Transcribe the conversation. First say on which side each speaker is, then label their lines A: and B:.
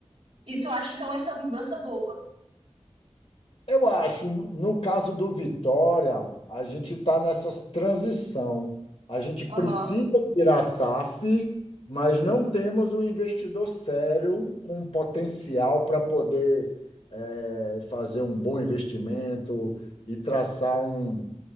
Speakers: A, on the right (about 80°); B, on the left (about 75°).
A: E tu acha então essa mudança boa?
B: Eu acho, no caso do Vitória, a gente está nessa transição. A gente precisa
A: Aham.
B: virar SAF, mas não temos um investidor sério com potencial para poder eh, fazer um bom investimento e traçar um,